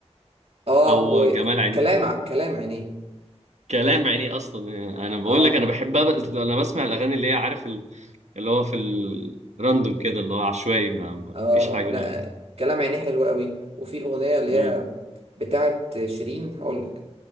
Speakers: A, on the right; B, on the right.
A: اه
B: او
A: وكلام
B: جمال عينيه
A: ع- كلام عينيه
B: كلام عينيه اصلا يعني انا بقول
A: اه
B: لك انا بحب أب- لما بسمع الاغاني اللي هي عارف ال- اللي هو في الراندوم كده اللي هو عشوائي ما ما
A: اه
B: فيش حاجه
A: اه لا كلام عينيه حلو قوي وفي اغنيه اللي
B: امم
A: هي بتاعت شيرين هقول لك